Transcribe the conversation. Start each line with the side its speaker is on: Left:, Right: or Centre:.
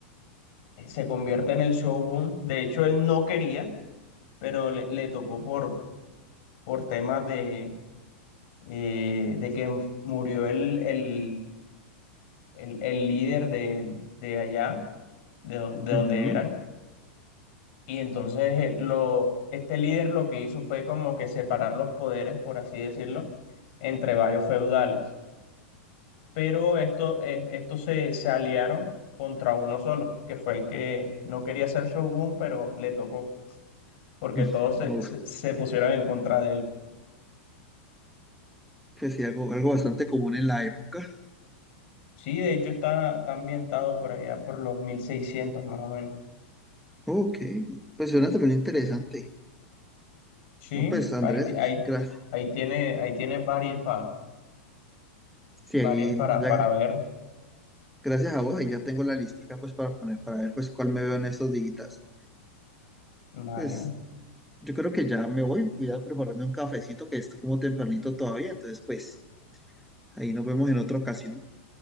Left: se convierte en el shogun. De hecho, él no quería, pero le, le tocó por, por temas de, eh, de que murió el, el el, el líder de, de allá, de, don- de
Centre: Ujú.
Left: donde eran. Y entonces el- lo, este líder lo que hizo fue como que separar los poderes, por así decirlo, entre varios feudales. Pero esto, eh, estos se, se aliaron contra uno solo, que fue el que no quería ser Shogun, pero le tocó, porque
Centre: <laughs>
Left: todos se, se, se pusieron en contra de él.
Centre: Pues sí, algo, algo bastante común en la época.
Left: Sí, de hecho está, está ambientado por allá, por los 1600 más o menos.
Centre: Ok, pues suena también interesante.
Left: Sí,
Centre: No, pues Andrés,
Left: ahí, ti- ahí,
Centre: gracias.
Left: ahí tiene, ahí tiene varias espadas
Centre: Sí,
Left: varias
Centre: ahí,
Left: para,
Centre: ya-
Left: para ver.
Centre: gracias a vos, ahí ya tengo la listica pues para poner, para ver pues cuál me veo en estos días.
Left: Vale,
Centre: Pues yo creo que ya me voy, voy a prepararme un cafecito que está como tempranito todavía, entonces pues ahí nos vemos en otra ocasión.